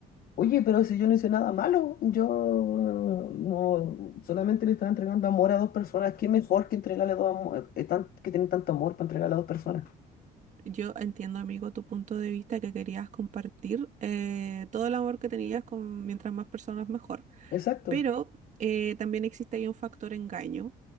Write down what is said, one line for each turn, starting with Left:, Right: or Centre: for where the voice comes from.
Left: Oye, pero si yo no hice nada malo, yo no, solamente le estaba entregando amor a dos personas, ¿qué mejor que entregarle dos amor, eh, que tienen tanto amor para entregarle a dos personas?
Right: Yo entiendo, amigo, tu punto de vista que querías compartir eh, todo el amor que tenías con mientras más personas mejor.
Left: Exacto,
Right: Pero eh, también existe ahí un factor engaño